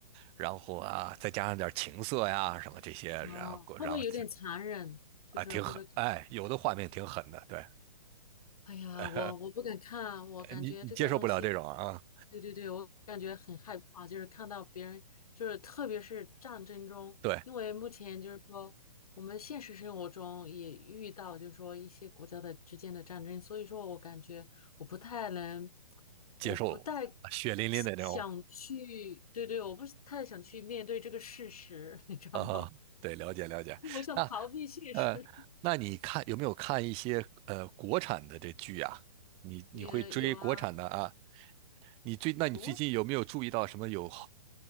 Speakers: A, on the right (about 30°); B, on the left (about 65°).
A: 然后啊，再加上点情色呀、什么这些，
B: 哦，
A: 然后然后
B: 会不会有点残忍？就是会不会看？
A: 啊，挺狠，哎，有的画面挺狠的，对，
B: 哎呀，
A: <laughs>
B: 我我不敢看，我感觉这个东西，
A: 你你接受不了这种啊，
B: 对对对，我感觉很害怕，就是看到别人，就是特别是战争中，
A: 对，
B: 因为目前就是说我们现实生活中也遇到，就是说一些国家的之间的战争，所以说我感觉我不太能，
A: 接受啊血淋淋的这种
B: 我不太想去，对对，我不是太想去面对这个事实，你知道吗？
A: 啊，对，了解了解。
B: <laughs> 我想逃避现实。
A: 那呃，那你看有没有看一些呃国产的这剧啊？你你会追国产的啊？
B: <laughs> 也有啊。
A: 你最那你最近有没有注意到什么有好
B: 国。